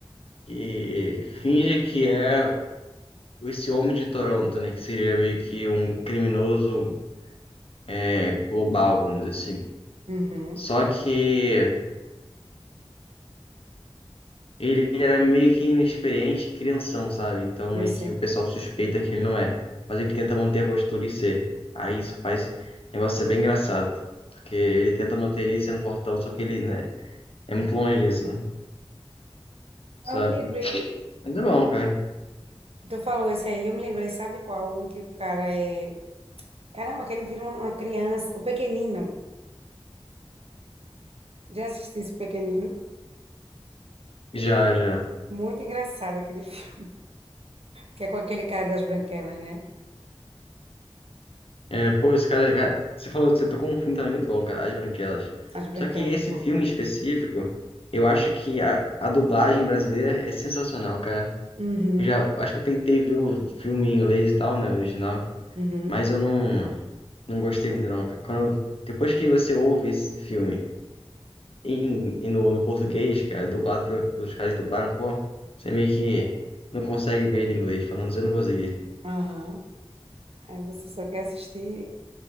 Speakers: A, on the left; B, on the right.
A: que finge que é esse homem de Toronto, né? Que seria meio que um criminoso é, global, vamos dizer assim.
B: Uhum,
A: Só que Ele era meio que inexperiente, e crianção, sabe? Então
B: eu
A: meio
B: sei.
A: que o pessoal suspeita que ele não é. Mas ele tenta manter a postura e ser. Aí isso faz o negócio ser bem engraçado. Porque ele tenta manter ele sendo fortão, só que ele, né, é muito longe disso, né?
B: Ah,
A: Sabe?
B: eu me lembrei.
A: Mas é bom, cara.
B: Tu falou esse aí, eu me lembrei, sabe qual? Um que o cara é. Caramba, que ele vira uma uma criança. O Pequenino. Já assisti esse Pequenino?
A: Já, já.
B: Muito engraçado aquele <laughs> filme. Que é com aquele cara das branquelas, né?
A: É, pô, esse cara, cara, você falou que você tocou um filme também muito bom, cara, As Branquelas.
B: As branquelas,
A: Só que esse
B: é muito bom.
A: filme específico, eu acho que a, a dublagem brasileira é sensacional, cara.
B: Uhum,
A: Eu já eu acho que eu tentei ver o filme em inglês e tal, né, original.
B: uhum,
A: Mas eu não, não gostei muito, não. cara. Quando, depois que você ouve esse filme em, e no, no português, cara, dublado pe- pelos caras que dublaram, pô, você meio que não consegue ver ele em inglês, falando assim, eu não consegui.
B: aham. Aí você só quer assistir